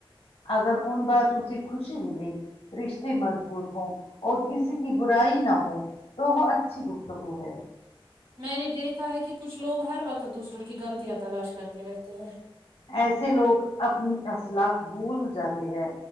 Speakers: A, on the left; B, on the right.
A: اگر ان باتوں سے خوشی ملے رشتے مضبوط ہوں اور کسی کی برائی نہ ہو تو وہ اچھی گفتگو ہے
B: میں نے دیکھا ہے کہ کچھ لوگ ہر وقت دوسروں کی غلطیاں تلاش کرتے رہتے ہیں
A: ایسے لوگ اپنی اصلاق بھول جاتے ہیں